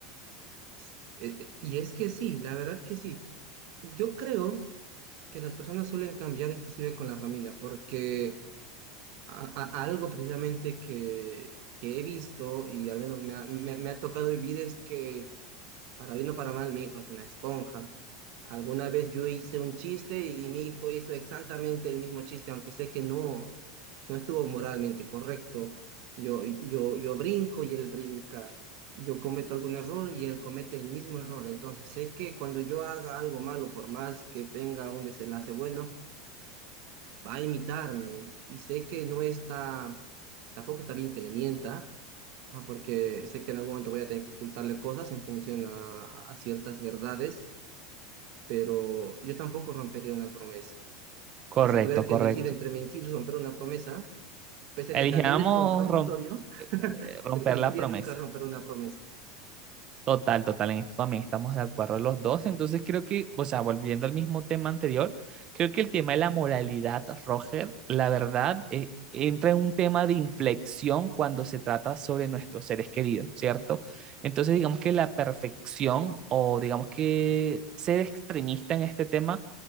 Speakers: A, on the right; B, on the right.
A: S- eh, eh, y es que sí, la verdad que sí. Yo creo que las personas suelen cambiar inclusive con la familia, porque a- a- algo precisamente que, que he visto y al menos me ha, me- me ha tocado vivir es que, para bien o para mal, mi hijo es una esponja. Alguna vez yo hice un chiste y, mi hijo hizo exactamente el mismo chiste, aunque sé que no, no estuvo moralmente correcto. Yo, yo, yo brinco y él brinca. Yo cometo algún error y él comete el mismo error. Entonces sé que cuando yo haga algo malo, por más que tenga un desenlace bueno, va a imitarme y, sé que no está, tampoco está bien que le mienta, ah, porque sé que en algún momento voy a tener que ocultarle cosas en función a, a ciertas verdades, pero yo tampoco rompería una promesa.
B: Correcto,
A: Y si tuviera que
B: correcto.
A: elegir entre mentir y romper una promesa, pese
B: Elijamos
A: a que también es contradictorio,
B: romp-
A: <laughs>
B: eh, romper
A: pero elegiría
B: la promesa.
A: nunca romper una promesa.
B: Total, total, en esto también estamos de acuerdo los dos. Entonces creo que, o sea, volviendo al mismo tema anterior, creo que el tema de la moralidad, Roger, la verdad, eh, entra en un tema de inflexión cuando se trata sobre nuestros seres queridos, ¿cierto? Entonces digamos que la perfección o digamos que ser extremista en este tema